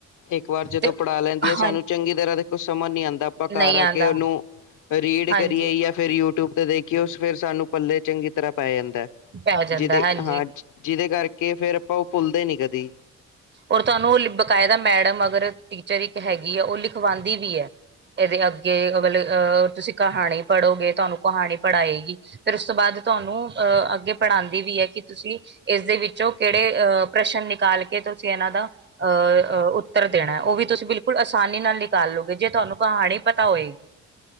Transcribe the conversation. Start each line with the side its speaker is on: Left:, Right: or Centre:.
Left: ਇੱਕ ਵਾਰ ਜਦੋਂ
Right: ਤੇ
Left: ਪੜ੍ਹਾ ਲੈਂਦੀਆ
Right: ਹਾਂ
Left: ਸਾਨੂੰ ਚੰਗੀ ਤਰ੍ਹਾਂ ਦੇਖੋ ਸਮਝ ਨੀ ਆਂਦਾ ਆਪਾ ਕਾਰ
Right: ਨਹੀਂ
Left: ਆ
Right: ਆਉਂਦਾ
Left: ਕੇ ਓਨੂੰ ਰੀਡ
Right: ਹਾਂਜੀ
Left: ਕਰੀਏ ਯਾ ਫਿਰ ਯੂਟਿਊਬ ਤੇ ਦੇਖੀਏ ਉਸ ਫਿਰ ਸਾਨੂੰ ਪੱਲੇ ਚੰਗੀ ਤਰ੍ਹਾਂ ਪੈ ਜਾਂਦਾ
Right: ਪੈ ਜਾਂਦਾ
Left: ਜਿਦੇ
Right: ਹਾਂਜੀ
Left: ਹਾਂ ਜਿਦੇ ਕਰਕੇ ਫੇਰ ਆਪਾਂ ਓ ਪੁੱਲਦੇ ਨੀ ਕਦੀ।
Right: ਔਰ ਤਾਨੂੰ ਓ ਬਕਾਇਦਾ ਮੈਡਮ ਅਗਰ ਟੀਚਰ ਇੱਕ ਹੈਗੀ ਐਂ ਓ ਲਿਖਵਾਂਦੀ ਵੀ ਐ। ਏਦੇ ਅੱਗੇ ਮਤਲਬ ਅਹ ਤੁਸੀਂ ਕਹਾਣੀ ਪੜ੍ਹੋਗੇ ਤੁਆਨੂੰ ਕਹਾਣੀ ਪੜ੍ਹਾਏਗੀ। ਫਿਰ ਉਸ ਤੋਂ ਬਾਅਦ ਤੁਆਨੂੰ ਅੱਗੇ ਪੜ੍ਹਾਂਦੀ ਵੀ ਐ ਕਿ ਤੁਸੀਂ ਇਸਦੇ ਵਿੱਚੋਂ ਕੇੜੇ ਅਹ ਪ੍ਰਸ਼ਨ ਨਿਕਾਲ ਕੇ ਤੋਂ ਚੈਨਾ ਦਾ ਅ ਅ ਉੱਤਰ ਦੇਣਾ ਓ ਵੀ ਤੁਸੀਂ ਬਿਲਕੁਲ ਆਸਾਨੀ ਨਾਲ ਨਿਕਾਲ ਲੋਗੇ ਜੇ ਤਾਨੂੰ ਕਹਾਨੀ ਪਤਾ ਹੋਏਗੀ।